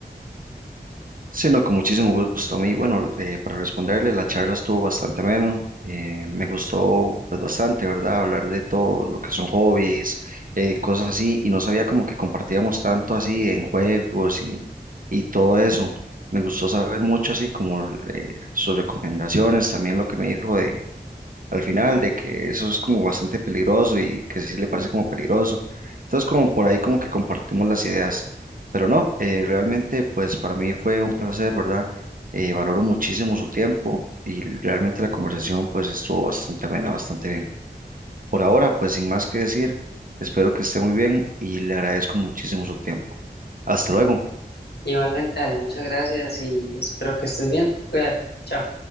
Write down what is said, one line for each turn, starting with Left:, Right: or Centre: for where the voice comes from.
Right: Sí, no, con muchísimo gusto. A mí, bueno, eh, para responderle, la charla estuvo bastante ameno. eh, me gustó pues bastante, ¿verdad? Hablar de todo lo que son hobbies, eh, cosas así, y no sabía como que compartíamos tanto así en juegos y, y todo eso. Me gustó saber mucho así como eh, sus recomendaciones, también lo que me dijo al final de que eso es como bastante peligroso y que sí le parece como peligroso. Entonces como por ahí como que compartimos las ideas, pero no, eh, realmente pues para mí fue un placer, ¿verdad? Eh, valoro muchísimo su tiempo y realmente la conversación pues estuvo bastante amena, bastante bien. Por ahora pues sin más que decir, espero que esté muy bien y le agradezco muchísimo su tiempo. Hasta luego.
Left: Igualmente, dale, muchas gracias y espero que estés bien. Cuídate. Chao.